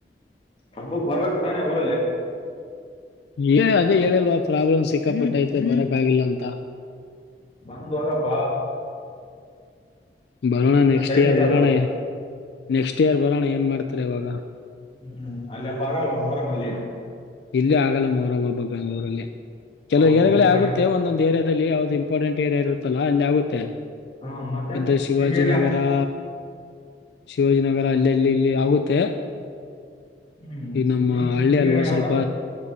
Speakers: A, on the left; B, on the left.
A: ಹಬ್ಬಕ್ ಬರ್ಬೇಕ್ ತಾನೇ ಊರಲ್ಲಿ.
B: ಏ ಅದೇ ಹೇಳಿಲ್ವಾ ಪ್ರಾಬ್ಲಮ್ ಸಿಕ್ಕಾಪಟ್ಟೈತೆ ಬರಕ್ ಆಗಿಲ್ಲ ಅಂತ.
A: ಬಂದ ಹೋಗಪ್ಪಾ.
B: ಬರೋಣ ನೆಕ್ಸ್ಟ್
A: ಟೈಮ್
B: ಇಯರ್
A: ಇದೆ
B: ಬರೋಣ.
A: ಅಲ್ವಾ
B: ನೆಕ್ಸ್ಟ್ ಇಯರ್ ಬರೋಣ ಏನ್ ಮಾಡ್ತಿರಾ ಇವಾಗ.
A: ಹ್ಮ್ ಅಲ್ಲಿ ಹಬ್ಬ ಆಗಲ್ವಾ ಮೊರಮ್ಮಲ್ಲಿ.
B: ಇಲ್ಲಿ ಆಗಲ್ಲ ಮೋರಮಬ್ಬ ಬೆಂಗಳೂರಲ್ಲಿ. ಕೆಲವು
A: ಹೌದೇನ್
B: ಏರಿಯಾಗಳೆ ಆಗುತ್ತೆ
A: ಗಣೇಶ
B: ಒಂದೊಂದ್ ಏರಿ ದಲ್ಲಿ ಯಾವ್ದು ಇಂಪಾರ್ಟೆಂಟ್ ಏರಿಯಾ ಇರುತ್ತಲ್ಲ ಅಲ್ಲಿ ಆಗುತ್ತೆ.
A: ಹ್ಮ್ ಮತ್ತೆ
B: ಎಂತ ಶಿವಾಜಿನಗರಾ
A: ನಿಮ್ ಏರಿಯಾ
B: ಶಿವಾಜಿನಗರ ಅಲ್ಲಲ್ಲಿ ಇಲ್ಲಿ ಆಗುತ್ತೆ.
A: ಹ್ಮ್
B: ಈ ನಮ್ಮ
A: ನಿಮ್
B: ಹಳ್ಳಿ
A: ನಿಮ್
B: ಅಲ್ವಾ
A: ಏರಿಯಾವ್ಗ?
B: ಸ್ವಲ್ಪ